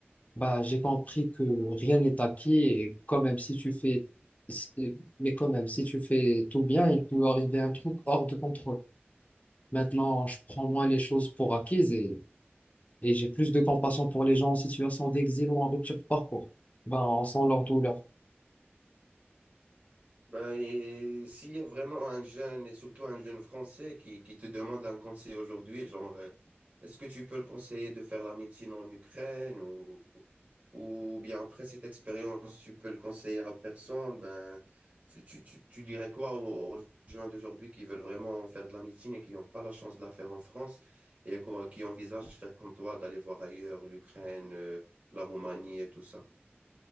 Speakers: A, on the left; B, on the right.
A: Bah, j'ai compris que rien n'est acquis et quand même si tu fais si- mais quand même si tu fais tout bien, il peut arriver un truc hors de contrôle. Maintenant, je prends moins les choses pour acquises et, et j'ai plus de compassion pour les gens en situation d'exil ou en rupture de parcours. Bah, on sent leur douleur.
B: Ben, et s'il y a vraiment un jeune, et surtout un jeune français, qui, qui te demande un conseil aujourd'hui, genre, euh, est-ce que tu peux le conseiller de faire la médecine en Ukraine ou, ou bien après cette expérience, tu peux le conseiller à personne, ben, tu, tu, tu, tu dirais quoi aux, aux gens d'aujourd'hui qui veulent vraiment faire de la médecine et qui n'ont pas la chance de la faire en France et qu'on- qui envisagent faire comme toi, d'aller voir ailleurs l'Ukraine, euh, la Roumanie et tout ça?